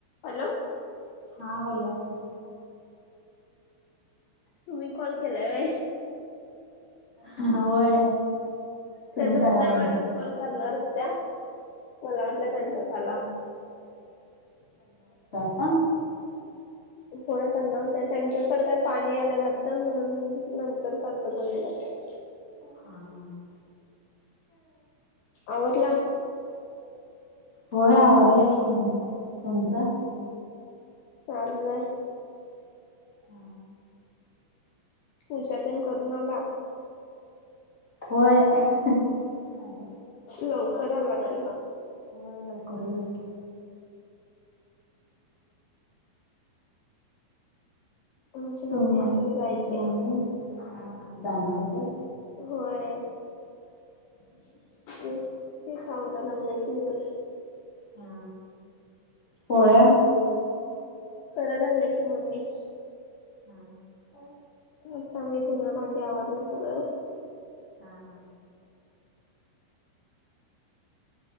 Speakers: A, on the left; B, on the left.
A: Hello
B: हा बोला क
A: तुम्ही कॉल केलाय व
B: हा होय तुम्ही
A: त्या दुसऱ्या
B: करा
A: मॅडम
B: मग.
A: कॉल करणार होत्या मला वाटलं त्यांचा
B: हा.
A: झाला
B: हा. पां
A: होय त्यां नवत त्यांच्याकडे काय पाणी आलं वाटतं म्हणून नंतर करत बोललेलं काय
B: हा हा ह
A: आवडला
B: होय आवरलं हु हुं तुमचं
A: चाललंय
B: हा
A: पूजा तेन करून आला
B: होय अहहहं
A: लवकर आला कि
B: होय लवकर येना
A: आमची मम्मी
B: तुम्
A: अजून
B: तुमची
A: जायची
B: मम्मी हा हा जाणार आहे त
A: होय तेच ते सावरा लागलंय की ग
B: हा पोळ्या
A: करा लागलं की मम्मी
B: हा हा आ
A: आता मी धुन भांडी आवर ल सगळं
B: हा हा